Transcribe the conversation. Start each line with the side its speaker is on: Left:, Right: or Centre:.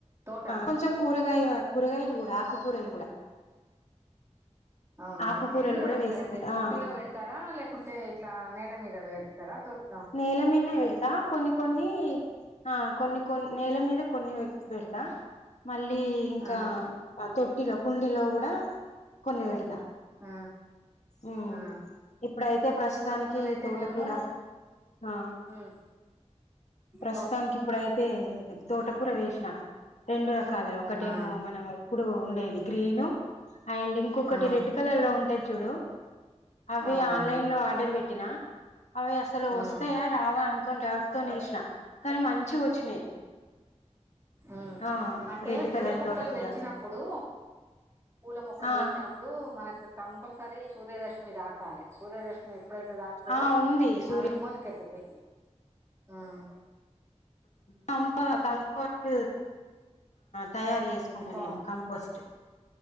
Right: తోట
Left: కొంచెం కూరగాయ కూరగాయలు కూడా ఆకుకూరలు కూడా
Right: అవునా
Left: ఆకుకూరలు
Right: ఎందులో
Left: కూడా
Right: పెడతారండి
Left: వేసుకుంటా
Right: తొట్టిలో
Left: ఆ
Right: పెడతారా లేకుంటే ఇట్లా నేల మీద స్తా <unintelligible>
Left: నేల మీదే పెడతా కొన్ని కొన్ని ఆ కొన్ని కొన్ని నేల మీద కొన్ని పెడతా మళ్ళీ ఇంకా
Right: ఆ
Left: తొట్టిలో కుండలో కూడా కొన్ని పెడతా
Right: ఆ
Left: ఉ
Right: ఆ
Left: ఇప్పుడైతే ప్రస్తుతానికి
Right: పూల మొక్కలయితేనేమో
Left: తోటకూర ఆ
Right: మ్
Left: ప్రస్తుతానికి
Right: తో
Left: ఇప్పుడైతే తోటకూర వేసిన రెండు రకాల ఒకటేమో
Right: ఆ
Left: మనం ఎప్పుడు ఉండేది గ్రీను అండ్ ఇంకొకటి
Right: ఆ
Left: రెడ్ కలర్ లో ఉంటుది చూడు అవి
Right: అవునవును
Left: ఆన్లైన్ లో ఆర్డర్ పెట్ ట్టినా అవి అసలు
Right: మ్
Left: వస్తాయా రావా అనుకోని డౌట్ తో వేసినా కానీ మంచి వచ్చినాయి
Right: హ
Left: ఆ
Right: అంటే
Left: రెడ్
Right: పూల
Left: కలర్
Right: మొక్కలు
Left: తోటకూర
Right: పెంచినప్పుడు పూల మొక్కలు
Left: ఆ
Right: పెంచినప్పుడు మనకు కంపల్స సరీ సూర్యరశ్మి దాకాలి సూర్యదశ్మి ఎప్పుడైతే దాక్తదో
Left: ఆ ఉంది సూర్య
Right: అవి మొలకెత్తుతాయి ఉమ్
Left: కం కంట్ తయారు చేసుకుంటా
Right: పామ్
Left: నేను కంపోస్ట్